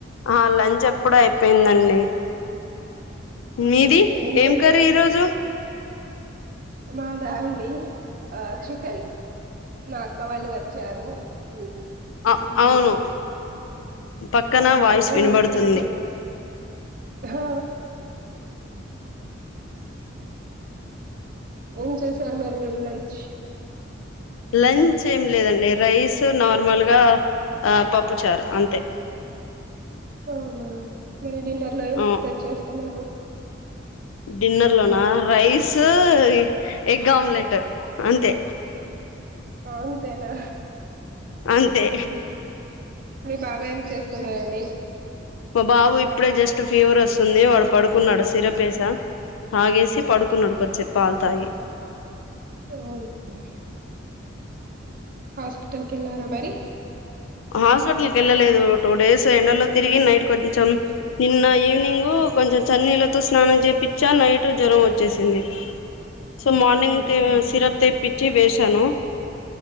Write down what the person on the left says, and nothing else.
ఆ లంచ్ ఎపుడో అపెందండి
మీది ఏం
కర్రీ ఈరోజు
అ
అవును పక్కన
వాయిస్ వినబడుతుంది
లంచ్ ఏమ్ లేదండి రైసు నార్ మల్ గా ఆహ్ పప్పు చార్ అంతే
ఆ
డిన్నర్ లోనా రైసు ఉ ఎగ్ ఆమ్ లేటు అంతే
అంతే
మా బాబు ఇప్పుడే జస్ట్ ఫీవర్ వస్ సుంది వాడు పడుకున్నాడు సిరపేసా తాగేసి పడుకున్నాడు కోచెప్ పాల్ తాగి
హాస్ పటల్ కి యేళ్ళలేదు టూ డేస్ ఎండలో తిరిగి నైట్ కోద్ కొంచెం నిన్న ఈవ్ నీంగూ కొంజన్ చన్ నీళ్లతో స్నానం చేపిచ్చా నైట్ జ్వరం ఒచ్చేసింది సో మార్
నింగ్ కి సిరప్ తెప్పిచి వేశాను